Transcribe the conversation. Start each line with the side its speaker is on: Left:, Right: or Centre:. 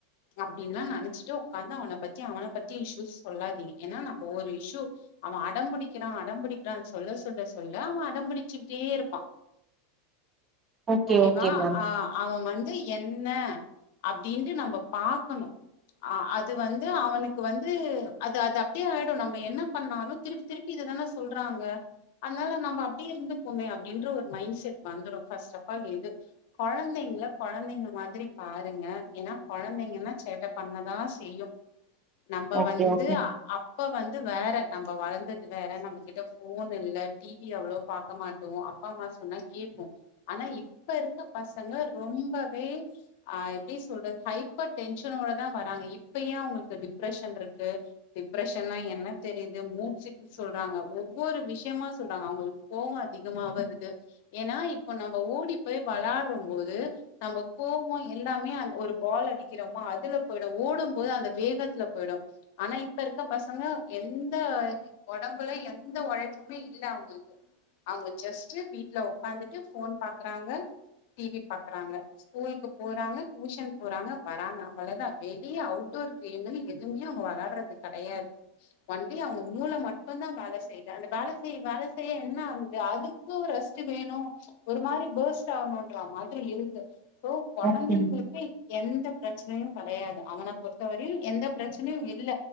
Left: அப்டின்லா நெனச்ட்டு ஒக்காந்து அவன பத்தி அவன பத்தி இஸ்யூஸ் சொல்லாதீங்க ஏன்னா நம்ம ஒரு இஷ்யூ அவ அடம்புடிக்கறா அடம்புடிக்கறா சொல்ல சொல்ல சொல்ல அவ அடம்புடிச்சுட்டே இருப்பா
Right: ஓகே
Left: ஓகேவா
Right: ஓகே மேம்
Left: ஆ அவ வந் து என்ன அப்டின்ட்டு நம்ப பாக்கணு அ அது வந்து அவனு க்கு வந்து அது அது அப்டியே ஆயிடு நம்ம என்ன பண்ணாலு திருப்பி திருப்பி இததான சொல்றாங்க அதனால நம்ம அப்டியே இருந்துப்போமே அப்டின்ற ஒரு மைண்ட் செட் வந்துரு ஃபர்ஸ்ட் அஃப்பால் இது கொழந்தைங்கல கொழந்தைங்க மாதிரி பாருங்க ஏன்னா கொழந்தைங்கன்னா சேட்ட பண்ணதா செய்யு நம்ப
Right: ஓகே
Left: வந்து
Right: ஓகே மேம்.
Left: அ அப் ப வந்து வேற நம்ம வளந்தது வேற நம்மகிட்ட போன் இல்ல டி வி அவ்வளோ பாக்க மாட் டோ அப்பா அம்மா சொன்னா கேப்போ அனா இப்ப இருக்க பசங்க ரொம்பவே ஆ எப்டி சொல்றது ஹைப்பர் டென்ஷனோடதா வராங்க இப்ப ஏ அவுங்களுக்கு டிப்ரெஷன்ருக்கு டிப்ரெஷன்னா என்ன தெரிது மூச்சி சொல்றாங்க ஒவ்வொரு விஷயமா சொல்றாங்க அவங்களுக்கு கோவோ அதிகமா வருது ஏன்னா இப்ப நம்ம ஓடி போய் விளாடுறம் போது நம்ப கோவோ எல்லாமே அந் ஒரு பால் அடிக்கறமா அதுல போயிடு ஓடும்போது அந்த வேகத்துல போயிடு அனா இப்ப இருக்க பசங்க எந்த ஒடம்புல எந்த ஒழைப்புமே இல்ல அவங்களுக்கு அவுங்க ஜஸ்ட் வீட்ல ஒக்காந்துட்டு போன் பாக்கறாங்க டி வி பாக்கறாங்க ஸ்கூலுக்கு போறாங்க டியூஷன் போறாங்க வராங்க அவ்வளதா வெளிய அவுட்டோர் கேம்மு எது எங்யூ அவங்க வெளையாடுறது கெடையாது ஒன்லி அவங்க மூள மட்டுதா வேல செய்து அந்த வேல செய் வேல செய்ய என்ன ஆகுது அதுக்கு ரெஸ் ட்டு வேணு ஒரு மாரி பர்ஸ்ட் ஆகணுன்ற மாதிரி இருந்து சோ கொழந்திங்களுக்கு
Right: ஓகே மேம்
Left: எந்த பிரச்சனையூ கெடையாது அவன பொறுத்தவரையு எந்த பிரச்சனையு இல்ல